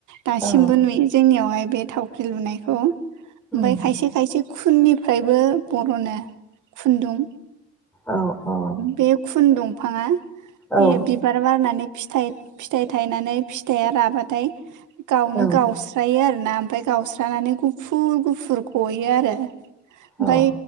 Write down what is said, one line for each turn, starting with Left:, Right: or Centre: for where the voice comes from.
Right: दासिमबो
Centre: औ
Right: नुयो जोंनियावहाय बे थावख्रि लुनायखौ। ओमफाय
Centre: उम
Right: खायसे-खायसे खुननिफ्रायबो बर'नो खुन्दुं।
Centre: औ-औ।
Right: बे खुन दंफाङा बेयो।
Centre: औ
Right: बिबार बारनानै फिथाइ-फिथाइ थायनानै फिथाइया राबाथाय गावनो-गाव।
Centre: औ
Right: स्रायो आर ना ओमफाय गावस्रानानै गुफुर- गुफुर गयो आरो। ओमफाय
Centre: औ